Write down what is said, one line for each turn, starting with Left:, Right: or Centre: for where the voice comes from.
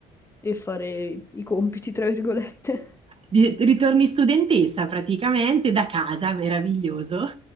Left: e fare i i compiti, tra virgolette.
Right: Di- Ritorni studentessa praticamente da casa, meraviglioso.